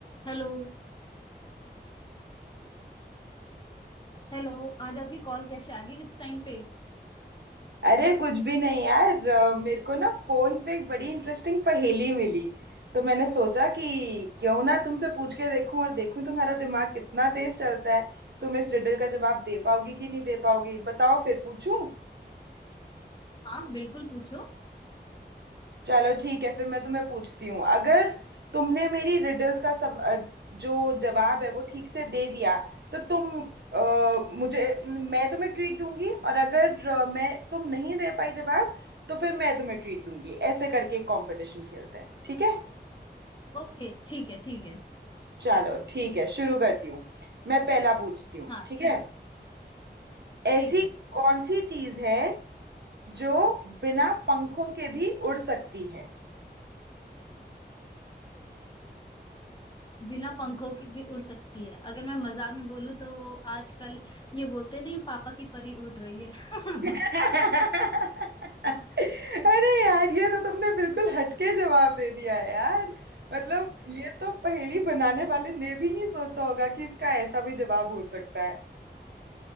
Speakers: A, on the left; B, on the right.
A: हेलो हेलो आज आपकी कॉल कैसे आ गई इस टाइम पे
B: अरे कुछ भी नहीं यार अ, मेरे को ना फोन पे एक बड़ी इंटरेस्टिंग पहेली मिली तो मैंने सोचा कि क्यों ना तुमसे पूछ के देखूं और देखूं तुम्हारा दिमाग कितना तेज चलता है तुम इस रिडल का जवाब दे पाओगी कि नहीं दे पाओगी बताओ फिर पूछूं
A: हाँ बिल्कुल पूछो
B: चलो ठीक है फिर मैं तुम्हें पूछती हूँ अगर तुमने मेरी रिडल्स का सब अ, जो जवाब है वो ठीक से दे दिया तो तुम अ, मुझे मैं तुम्हें ट्रीट दूंगी और अगर अ, मैं तुम नहीं दे पाई जवाब तो फिर मैं तुम्हें ट्रीट दूंगी ऐसे करके एक कंपटीशन खेलते हैं ठीक है
A: ओके ठीक है ठीक है
B: चलो ठीक है शुरू करती हूँ मैं पहला पूछती हूँ
A: हाँ
B: ठीक
A: ठीक
B: है ऐसी
A: ठीक है
B: कौन सी चीज़ है जो बिना पंखों के भी उड़ सकती है
A: बिना पंखों की भी उड़ सकती है अगर मैं मजाक में बोलूँ तो वो आजकल ये बोलते नहीं पापा की परी उड़ रही है <laughs>
B: अरे यार ये तो तुमने बिल्कुल हटके जवाब दे दिया है यार मतलब ये तो पहेली बनाने वाले ने भी नहीं सोचा होगा कि इसका ऐसा भी जवाब हो सकता है